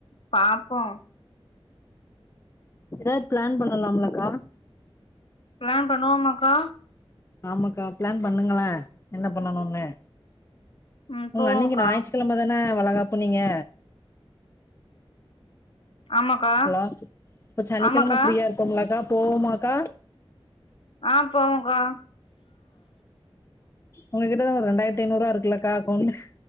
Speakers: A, on the left; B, on the left.
A: பாப்போ
B: ஏதாது பிளான் பண்ணலாமல்லக்கா
A: பிளான் பண்ணுவோமாகா
B: ஆமாக்கா பிளான் பண்ணுங்களே என்ன பண்ணனும்னு
A: ம்
B: உங்க
A: போவோக்கா
B: அன்னிக்கு ஞாயிட்டு கிழமதானே வளைகாப்புனீங்க
A: ஆமாக்கா
B: ஹலோ இப்ப சனிக்கிழம
A: ஆமாக்கா
B: ஃப்ரீயா இருப்போம்மில்லக்கா போவோமாக்கா
A: ஆ போவோங்கா
B: உங்க கிட்டதா ஒரு ரெண்டாயிரத்து ஐநாறுவா இருக்கில்லக்கா அக்கவுண்ட்ல